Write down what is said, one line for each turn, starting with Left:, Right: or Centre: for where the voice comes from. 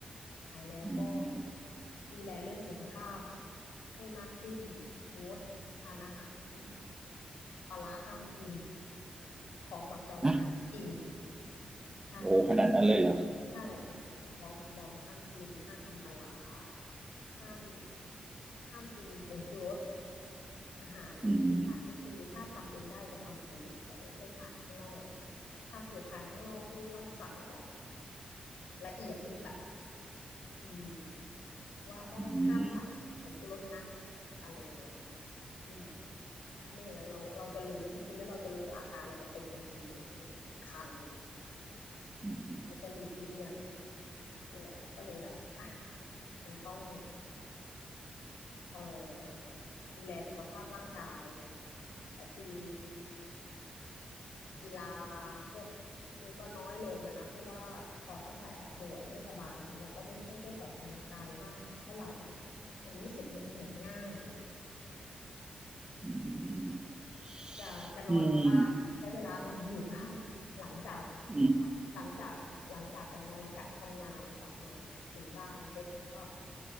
Left: หายแล้วก็
Right: อืม
Left: ดูแลเรื่องสุขภาพให้มากขึ้นงดทานอาหาร ปลาร้าห้ามกินของหมักดองห้ามกิน
Right: นะ
Left: ใช่
Right: โอ้ขนาดนั้นเลยเหรอ
Left: ใช่ใช่ของหมักดองห้ามกิน ห้ามกินปลาร้าห้ามห้ามกินผงชูรสอาหารต่างๆก็คือถ้าทำเองได้จะทำเองจะไม่ค่อยทานข้างนอก
Right: อืม
Left: ถ้าเกิดทานข้างนอกนี่ต้องสั่งแบบละเอียดยิบแบบอืมว่าต้องห้ามใส่ผงชูรสนะ
Right: อืม
Left: อะไรอย่างเงี้ยนะคะอืมเพราะไม่อย่างนั้นเราเราจะรู้พอกินแล้วเราจะรู้แล้วอาการเราจะเป็นทันทีเลยคือแบบคัน
Right: อืม
Left: เราจะหลีกเลี่ยงนี่แหละก็เลยแบบอ่ะมันต้องเอ่อดูแลสุขภาพร่างกายแต่คือกีฬาพวกนี้ก็น้อยลงอะนะเพราะว่าพอตั้งแต่ป่วยไม่สบายเนี่ยเราก็ไม่ค่อยได้ออกกำลังกายมากเท่าไหร่มันรู้สึกมันเหนื่อยง่าย
Right: อืม
Left: จะจะนอนอยู่บ้านใช้เวลานอนอยู่บ้านหลังจาก
Right: อืมอืม
Left: หลังหลังจากหลังจากอะไรนะหลังจากทำงานกลับมาถึงบ้านปุ๊บมันก็